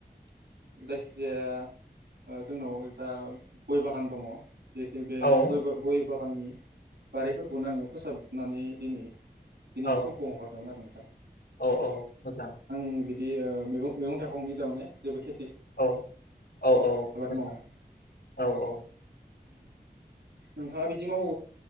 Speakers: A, on the right; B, on the left.
A: जायखिजाया ओ जोंनाव दा गय बागान दङ। बेखो बे
B: औ
A: गय बा गय बागाननि बारिफोरखौनो आङो फोसाबनानै दिनि दिनिनि
B: औ
A: सम हगारदोंमोन आरो नोंथां।
B: औ औ मोजां।
A: आं बिदि ओ मैगं-मैगं थाइगंनि थारमाने जेबो खे
B: औ औ औ मोजां
A: मावा
B: औ औ
A: नोंथाङा बिदि मावो